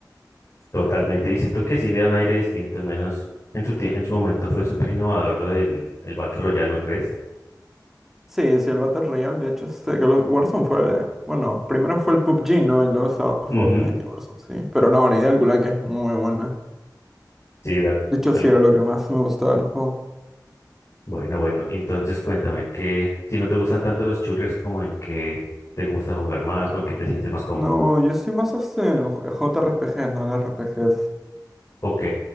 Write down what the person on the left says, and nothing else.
Totalmente. Y siento que sí le da un aire distinto, al menos en su, tie- en su momento fue súper innovador lo del el Battle Royale, ¿no crees?
Ujú,
Sí, da-
al-
bueno, bueno, entonces cuéntame que si no te gustan tanto los shooters, como en qué te gusta jugar más o en qué te sientes más cómodo.
Ok,